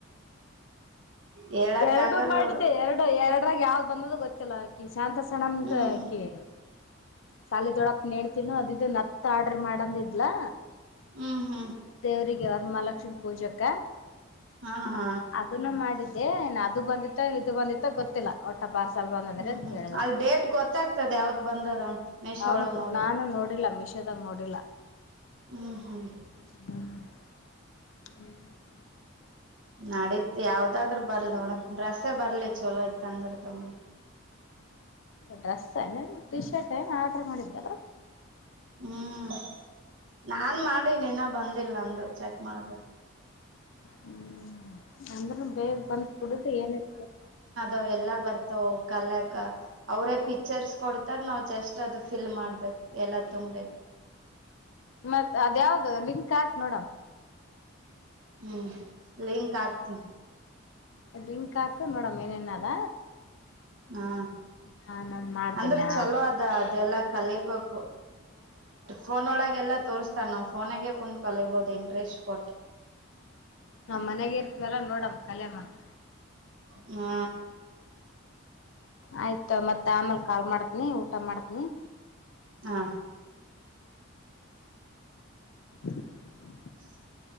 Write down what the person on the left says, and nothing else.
ಎರಡು
ಮಾಡಿದ್ದೆ
ಎರಡ್ ಎಡ ಎರಡರ್ಗ ಯಾವ್ದ್ ಬಂದದ ಗೊತ್ತಿಲ್ಲ. ಅಕಿ ಶಾಂತ ಸಣಮ್ದ
ಅಕಿ, ಸಾಲಿ ದೊಡಪ್ಪ ನೇಣ್ತಿನು ಅದು ಇದು ನತ್ತ ಆರ್ಡರ್ ಮಾಡ ಅಂದಿದ್ಲಾ.
ದೇವ್ರರಿಗೆ ವರಮಹಾಲಕ್ಷ್ಮಿ ಪೂಜಕ.
ಅದನ್ನು ಮಾಡಿದ್ದೆ ನ್ ಅದು ಬಂದಿತ್ತ ಇದು ಬಂದಿತ್ತ ಗೊತ್ತಿಲ್ಲ. ಒಟ್ಟ ಪಾರ್ಸಲ್ ಬಂದಂದ್ರಿ
ಅಂತ
ಹೇಳಿದ್ರ
ಹೌದು
ನಾನು ನೋಡಿಲ್ಲ. ಮಿ ಮೀಶೋದಗ ನೋಡಿಲ್ಲ.
<inaudible> <inaudible>
ಡ್ರೆಸ್ ಅನ್ ಟಿ ಶರ್ಟ್ ಏನ್ ಆರ್ಡರ್ ಮಾಡಿದ್ದಲ್ಲ.
ಹ್ಮ್ ಅಂದ್ರನು ಬೇಗ ಬಂತ್ ಬಿಡುದು ಏನ್ ಇತ್ತ.
ಮತ್ ಅದ ಯಾವ್ದು ಲಿಂಕ್ ಹಾಕ್ ನೋಡಮ್.
ಡ್ರಿಂಕ್ ಹಾಕು ನೋಡಮ್ ಏನೇನ್ ಆದ.
ಹಾ ನಾನ್ ಮಾಡ್ತೀನಿ
ಹಾ.
ನಾವನ್ ಮನೆಗ ಇರ್ತವಿಲ್ಲಾ ನೋಡಮ ಕಲೆಮ ಅಂತ.
ಆಯ್ತತೊ ಮತ್ತ್ ಆಮೇಲ್ ಕಾಲ್ ಮಾಡ್ತ್ನಿ ಊಟ ಮಾಡ್ತ್ನಿ.
<inaudible>